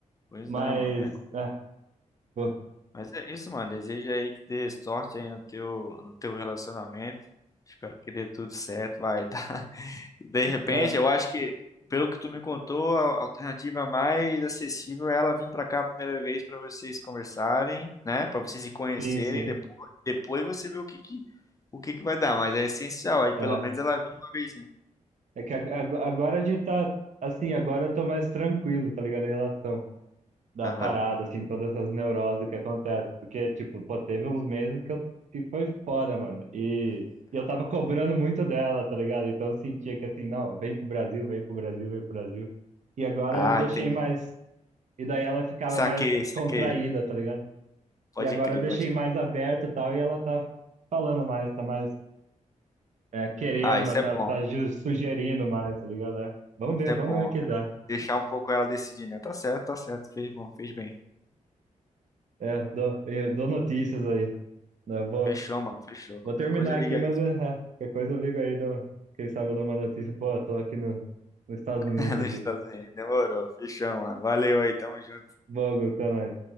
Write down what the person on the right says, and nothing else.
Mas,
é, pô,
tá-
sim, sim.
É.
É que ag- ag- agora a gente tá, assim, agora eu tô mais tranquilo, tá ligado? Em relação. da
parada, assim, todas essas neuroses que acontecem. Porque, tipo, pô, teve uns meses que, eu, que foi foda, mano. E, e eu tava cobrando muito dela, tá ligado? Então eu sentia que, assim, não, vem pro Brasil, vem pro Brasil, vem pro Brasil. E agora
eu deixei
mais. E daí ela ficava
mais
contraída, tá ligado?
E agora
eu deixei
mais aberto e tal, e ela tá falando mais, tá mais é, querendo,
mas
tá,
tá ju- sugerindo mais, tá ligado? É. Vamos ver,
vamos
ver o que
dá.
É, eu dou, eu dou notícias aí. né? Vou,
Vou terminar
aqui,
mas é, é, qualquer coisa eu ligo aí, dou- quem sabe eu dou uma notícia. Pô, eu tô aqui no, nos Estados
Unidos
aqui.
Logo, até mais.